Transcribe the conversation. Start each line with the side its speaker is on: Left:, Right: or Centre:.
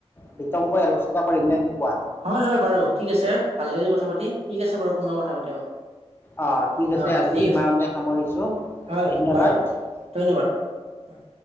Left: বিতংকৈ আলোচনা কৰিম নে কি? কোৱা
Right: হয় হয় বাৰু ঠিক আছে ভাল লাগিল কথা পাতি ঠিক আছে বাৰু পুনৰব কথা পাতিম আমি।
Left: অ ঠিক আছে
Right: অ,
Left: আজি
Right: ঠিক
Left: ইমানতে
Right: আছে
Left: সামৰিছোঁ
Right: হয়
Left: ধন্যবাদ
Right: বাৰু ধন্যবাদ। হয়।